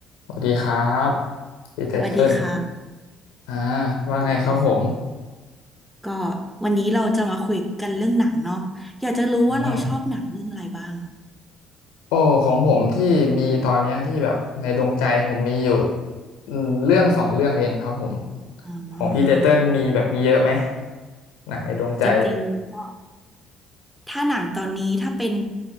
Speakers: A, on the left (about 80°); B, in the centre.
A: สวัสดีครับพี่ไตเติ้ล
B: สวัสดีค่ะ
A: อ่าว่าไงครับผม
B: สวัสดีค่ะก็วันนี้เราจะมาคุยกันเรื่องหนังเนาะอยากจะรู้ว่าเราชอบหนังเรื่องอะไรบ้าง
A: อืมโอ้ ของผมที่มีตอนเนี้ยที่แบบในดวงใจผมมีอยู่อืมเรื่องสองเรื่องเองครับผม
B: อ๋อ
A: ของพี่ไตเติ้ลมีแบบมีเยอะไหมหนังในดวงใจ
B: จริงๆก็ถ้าหนังตอนนี้ถ้าเป็น